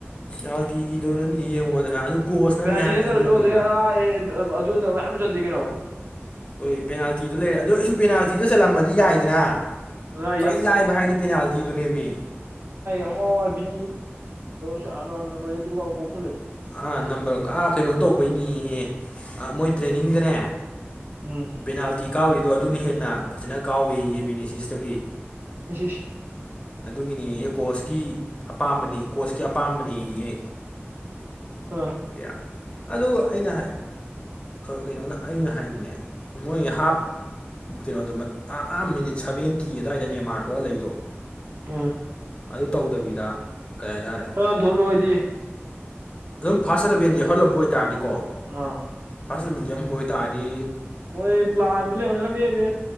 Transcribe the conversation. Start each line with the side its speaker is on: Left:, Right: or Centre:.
Left: ꯌꯥꯎ ꯊꯤꯅ ꯌꯦꯡ ꯍꯗ꯭ꯔ ꯑꯗꯨ ꯀꯣꯆꯅꯅꯤ
Right: ꯄꯥꯖꯤ
Left: ꯍꯥꯏꯁꯤꯅꯤ
Right: ꯅꯠꯇꯧꯔꯁꯨ
Left: ꯌꯦꯡꯉꯣꯗꯅ
Right: ꯑꯗꯨ ꯑꯗꯨꯅ ꯇꯧ ꯌꯥꯝ ꯆꯟꯗꯤꯦ ꯀꯩꯅꯣ
Left: ꯍꯣꯏ ꯄꯦꯅꯥꯜꯇꯤꯗꯣ ꯂꯩꯔꯦ ꯑꯗꯨꯗꯣ ꯑꯩꯁꯨ ꯄꯦꯅꯥꯜꯇꯤꯗ ꯆꯠꯂꯝꯃꯗꯤ ꯌꯥꯏꯗꯅ
Right: ꯑꯗꯨꯅ
Left: ꯈ꯭ꯋꯥꯏ ꯂꯥꯏꯕ ꯍꯥꯏꯗꯤ ꯄꯦꯅꯥꯜꯇꯤꯗꯨ ꯅꯦꯝꯃꯤ
Right: ꯑꯃꯛꯋꯥꯕꯤ ꯀꯗ ꯅꯝꯕꯔꯔ ꯀ ꯀꯧꯁꯂꯦ
Left: ꯑꯥ ꯅꯝꯕꯔ ꯑꯥ ꯀꯩꯅꯣ ꯇꯧꯕꯩꯅꯤꯍꯦ ꯑ ꯃꯣꯏ ꯇ꯭ꯔꯦꯅꯤꯡꯗꯅꯦ
Right: ꯎꯝ
Left: ꯄꯦꯅꯥꯜꯇꯤ ꯀꯥꯎꯔꯤꯗꯣ ꯑꯗꯨꯅ ꯍꯦꯟꯅ ꯐꯖꯅ ꯀꯥꯎꯏ ꯌꯦꯕꯤꯅꯤꯁꯤꯁꯇꯒꯤ
Right: ꯁꯤꯁ
Left: ꯑꯗꯨꯒꯤꯅꯤꯌꯦ ꯀꯣꯁꯀꯤ ꯑꯄꯥꯝꯕꯅꯤ ꯀꯣꯁꯀꯤ ꯑꯄꯥꯝꯕꯅꯤꯌꯦ
Right: ꯑ
Left: ꯌꯥ ꯑꯗꯨꯒ ꯑꯩꯅ ꯀꯩꯅꯣꯅ ꯑꯩꯅ ꯍꯥꯏꯗꯤꯅꯦ ꯃꯣꯏ ꯍꯥꯞ ꯀꯩꯅꯣꯗ ꯑꯥ ꯑ ꯃꯤꯅꯤꯠ ꯁꯚꯦꯟꯇꯤ ꯑꯗꯨꯋꯥꯏꯗꯅꯦ ꯃꯥꯥꯔꯊꯍꯂꯏꯗꯣ
Right: ꯑꯥ
Left: ꯑꯗꯨ ꯇꯧꯗꯕꯤꯗ ꯀꯩ ꯍꯥꯏꯇꯥꯔꯦ
Right: ꯈꯪꯉꯥꯟ ꯊꯣꯛꯃꯦ ꯍꯣꯏꯗꯤ
Left: ꯑꯗꯨꯝ ꯐꯥꯔꯁ ꯑꯦꯂꯕꯦꯟꯗꯤ ꯌ ꯍꯧꯎꯜꯂꯝꯕ ꯑꯣꯏꯇꯥꯔꯗꯤꯀꯣ
Right: ꯑꯥ
Left: ꯐꯁꯤꯜꯃꯗꯤ ꯌꯥꯝꯎꯝꯕ ꯑꯣꯏꯇꯥꯥꯔꯗꯤ
Right: ꯃꯣꯏ ꯄ꯭ꯂꯥꯅꯤ ꯈꯗꯤꯃꯤ